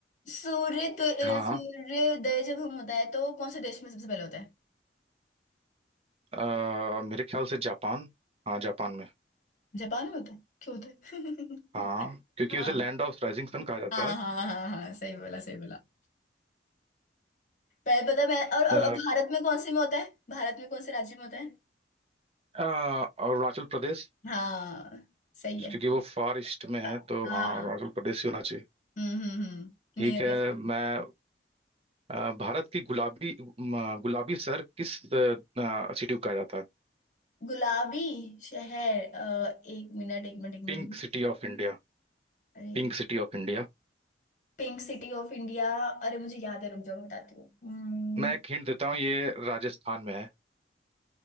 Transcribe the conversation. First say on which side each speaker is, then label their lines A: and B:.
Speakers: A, on the left; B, on the right.
A: सूर्य तो अ,
B: हाँ
A: सूर्योदय जब हम होता है तो कौन से देश में सबसे पहले होता है
B: अ, मेरे ख्याल से जापान हाँ जापान में
A: जापान में होता है क्यों होता है
B: हाँ क्योंकि
A: <laughs> हाँ
B: उसे लैंड ऑफ राइजिंग सन कहा जाता
A: हाँ
B: है
A: हाँ हाँ हाँ सही बोला सही बोला पहले पता मैं और और-
B: अ,
A: और भारत में कौन से में होता है भारत में कौन से राज्य में होता है
B: अ, अरुणाचल प्रदेश
A: हाँ सही है
B: क्योंकि वो फार ईस्ट में है
A: हाँ
B: तो
A: हाँ।
B: हाँ अरुणाचल प्रदेश ही होना चाहिए
A: हम्म हम्म हम्म
B: ठीक
A: नियरेस्ट
B: है मैं अ, भारत की गुलाबी म, गुलाबी शहर किस सिटी को कहा जाता है
A: गुलाबी शहर अ, एक मिनट एक मिनट एक मिनट
B: Pink city of India
A: अरे
B: pink city of India
A: पिंक सिटी ऑफ इंडिया अरे मुझे याद है रुक जाओ मैं बताती हूँ हम्म,
B: मैं एक हिंट देता हूँ ये राजस्थान में है